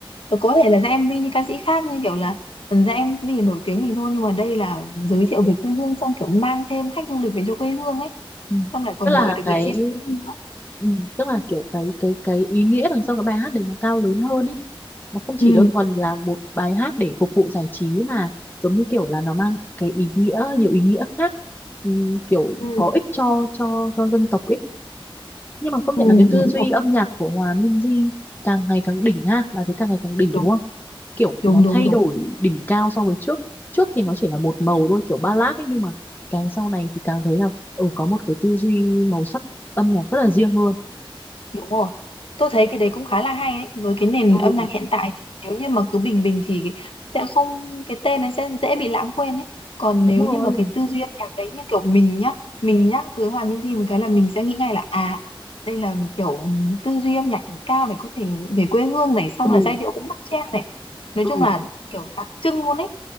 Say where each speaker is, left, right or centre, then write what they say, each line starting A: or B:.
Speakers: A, on the left; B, on the left.
A: rồi có thể là ra MV như ca sĩ khác như kiểu là ừ, ra MV nổi tiếng mình thôi nhưng mà đây là giới thiệu về quê hương xong kiểu mang thêm khách du lịch về cho quê hương ấy
B: Ừ.
A: xong lại còn
B: tức là
A: mời được
B: cái
A: nghệ sĩ xuất sắc nữa
B: ừ, tức là kiểu cái cái cái ý nghĩa đằng sau cái bài hát đấy nó cao lớn hơn ấy nó không chỉ
A: ừ
B: đơn thuần là một bài hát để phục vụ giải trí mà giống như kiểu là nó mang cái ý nghĩa nhiều ý nghĩa khác ừ, kiểu
A: ừ
B: có ích cho cho cho dân tộc ấy nhưng mà công
A: ừ
B: nhận
A: đúng
B: là cái tư duy
A: rồi
B: âm nhạc của Hòa Minzy càng ngày càng đỉnh ha bà thấy càng ngày càng đỉnh
A: đúng
B: đúng không kiểu nó
A: đúng đúng
B: thay
A: đúng
B: đổi đỉnh cao so với trước trước thì nó chỉ là một màu thôi kiểu ballad ấy nhưng mà càng sau này thì càng thấy là ừ, có một cái tư duy màu sắc âm nhạc rất là riêng luôn
A: Đúng rồi. Tôi thấy cái đấy cũng khá là hay đấy. Với cái nền
B: ừ
A: âm nhạc hiện tại thì nếu như mà cứ bình bình thì sẽ không cái tên ấy sẽ dễ bị lãng quên ấy. Còn
B: đúng
A: nếu như
B: rồi
A: mà cái tư duy âm nhạc đấy như kiểu mình nhá, mình nhắc tới Hòa Minzy một cái là mình sẽ nghĩ ngay là à đây là kiểu tư duy âm nhạc đỉnh cao này có thể về quê hương này xong
B: ừ
A: là giai điệu cũng bắt chen này. Nói
B: ừ
A: chung là kiểu đặc trưng luôn ấy.